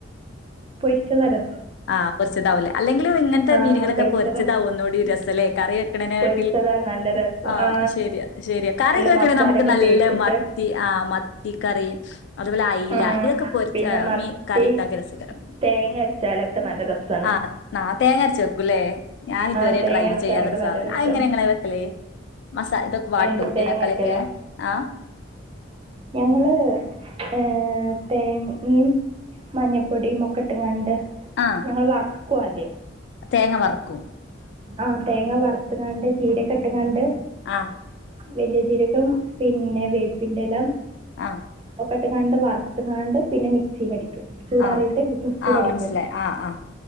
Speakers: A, on the right; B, on the left.
A: പൊരിച്ചതാ രസം
B: ആഹ് പൊരിച്ചതാവും ല്ലേ അല്ലെങ്കിലും ഇങ്ങൻത്തെ
A: ആ
B: മീനുകളൊക്കെ
A: പൊരിച്ചതാ
B: പൊരിച്ചതാവും ഒന്നൂടി രസം ലെ കറി വെക്കണെനെ
A: പൊരിച്ചതാ
B: കാട്ടിൽ
A: നല്ല രസം
B: ആഹ
A: ആ
B: ശരിയാ ശരിയാ കറിഒക്കെ
A: നല്ല
B: വെക്കണേ
A: മസാല
B: ന്നമുക്ക്
A: ഒക്കെ
B: നല്ല
A: തേച്ചിട്ട്
B: മത്തി ആഹ മത്തി കറി അതുപോലെ അയ്ല
A: ആ
B: ഇതൊക്കെ പൊരിച്ച
A: പിന്നെ മത്തി
B: മീ കറി ഇണ്ടാക്യ രസെക്കാരം
A: തേങ്ങ അരച്ചാലൊക്കെ നല്ല രസമാണ്
B: ആഹ് ന്നാ തേങ്ങ അരച്ച് വെക്കൂല്ലേ ഞാനിതുവരെ
A: ആ തേങ്ങ
B: ട്രൈ
A: അരച്ചാലൊക്കെ
B: ചെയ്യാത്തൊരു സാധനം
A: നല്ല രസമാണ്
B: അയ് ഇങ്ങനെങ്ങള് വെക്കല്? മസാ ഇതൊക്കെ വാട്ടും
A: എന്ത്
B: ഉള്ളിതക്കാളിഒക്കെ
A: തേങ്ങ അരക്കലോ
B: ആഹ
A: ഞങ്ങള് ഏഹ തേങ്ങയും മഞ്ഞപ്പൊടിയും ഒക്കെ ഇട്ട് ങ്ങാണ്ട്
B: ആഹ്
A: ഞങ്ങള് വർക്കും ആദ്യം.
B: തേങ്ങ വർക്കും
A: ആഹ തേങ്ങ വറുത്തുങ്ങാണ്ട് ചീരൊക്കെ ഇട്ടുങ്ങാണ്ട്
B: ആഹ്
A: വലിയജിരഗം പിന്നെ വേപ്പിന്റെല
B: ആഹ
A: ഒക്കിട്ട്ങ്ങാണ്ട് വർത്ത്ങ്ങാണ്ട് പിന്നെ മിക്സിലടിക്കും ചൂടാറിയിട്ട്
B: ആഹ്
A: മിക്സിലടിക്കും
B: ആഹ് മനസ്സിലായി ആഹ് ആഹ്